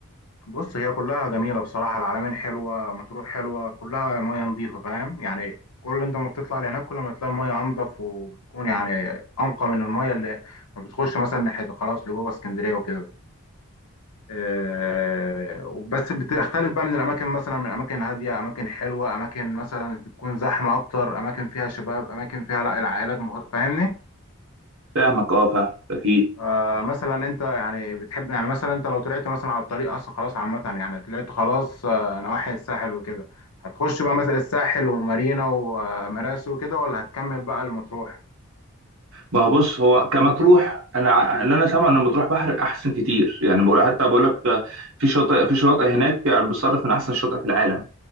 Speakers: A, on the left (about 85°); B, on the right (about 60°).
A: بص هي كلها جميله بصراحه العلمين حلوه مطروح حلوه كلها ميه نظيفه فاهم يعني كل انت ما بتطلع لهناك كل ما تلاقي الميه انضف وبتكون يعني انقى من الميه اللي ما بتخش مثلا ناحيه خلاص لجوه اسكندريه وكده آه بس بتختلف بقى من الاماكن مثلا من اماكن هاديه اماكن حلوه اماكن مثلا بتكون زحمه اكتر اماكن فيها شباب اماكن فيها لا العائلات مه... فاهمني
B: فاهمك اه فاهمك اكيد
A: آه، مثلا انت يعني بتحب يعني مثلا انت لو طلعت مثلا على الطريق اصلا خلاص عامة يعني طلعت خلاص آه، نواحي الساحل وكده هتخش بقى مثلا الساحل ومارينا ومراسي وكده ولا هتكمل بقى المطروح؟
B: ما هو بص هو كمطروح انا ع- اللي انا سامع ان مطروح بحر احسن كتير يعني بقول- حتى بقول لك ده في شاطئ في شاطئ هناك يعني بتصنف من احسن الشاطئ في العالم